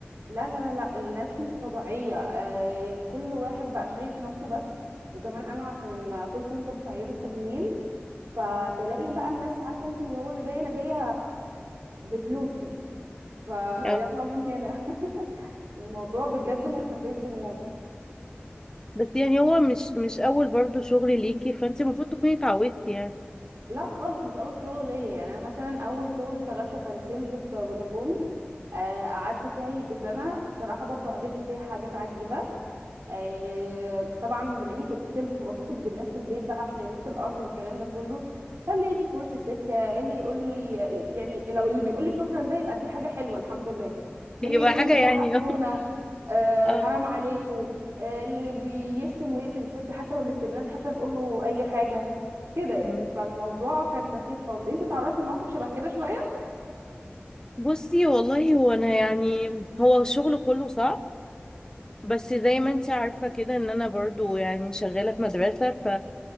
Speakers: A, on the right (about 80°); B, on the left (about 15°).
A: لا لا لا لا الناس مش طبيعية آه كل واحد بقى شايف نفسه بس وكمان انا عشان كول سنتر في عيادة تجميل فتلاقي بقى الناس عارفة انت اللي هو اللي جاي انا جاية بفلوسي فيلا
B: آه،
A: من هنا <laughs> الموضوع بجد مستفز موت
B: بس يعني هو مش مش اول برضو شغل ليكي فانت المفروض تكوني اتعودتي يعني
A: لا خالص مش اول شغل ليا يعني انا مثلا اول شغل اشتغلته كان سيلز في فودافون آه، قعدت فيها يجي سنه الصراحه برضو قابلت فيها حاجات عجيبه آه، طبعا بما اني كنت سيلز فبتصل بالناس في البيت بقى عشان النت الارضي والكلام ده كله فاللي يقفل في وش السكه اللي يقول لي يعني لو اللي بيقول لي شكرا ده يبقى دي حاجه حلوه الحمد لله اللي
B: يبقى
A: يقول
B: حاجه
A: لي زهقتونا
B: يعني <laughs>
A: آه،
B: اه
A: حرام عليكم آه، اللي بيشتم ويقفل السكه حتى ما بيسيبناش حتى نقول له اي حاجه كده
B: مم.
A: يعني فالموضوع كان سخيف خالص انت تعرضتي لموقف شبه كده شويه
B: بصي والله هو انا يعني هو الشغل كله صعب بس زي ما انت عارفه كده ان انا برضو يعني شغاله في مدرسه ف